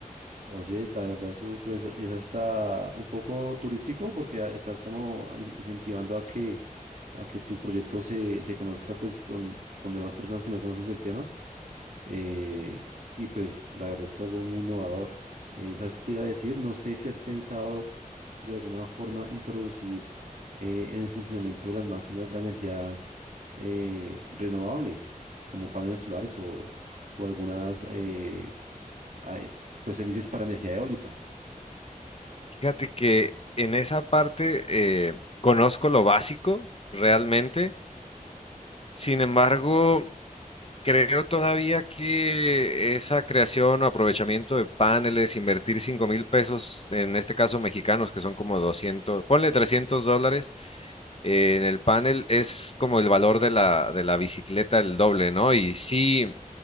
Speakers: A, on the right (about 65°); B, on the left (about 45°).
A: Oye, la verdad, eso pues es hasta un poco turístico porque a- estás como in- incentivando a que, a que tu proyecto se, se conozca pues con, con demás personas que no conocen del tema. eh, y pues la verdad es algo muy innovador. Eh, ¿sabes qué te iba a decir? No sé si has pensado de alguna forma introducir eh, en el funcionamiento de las máquinas la energía eh, renovable, como paneles solares o, o algunas eh, ah, eh, pues hélices para energía eólica.
B: Fíjate que en esa parte eh, conozco lo básico realmente. Sin embargo, Creo todavía que esa creación o aprovechamiento de paneles, invertir cinco mil pesos, en este caso mexicanos, que son como 200, ponle 300 dólares, eh, en el panel es como el valor de la, de la bicicleta el doble, ¿no? Y sí,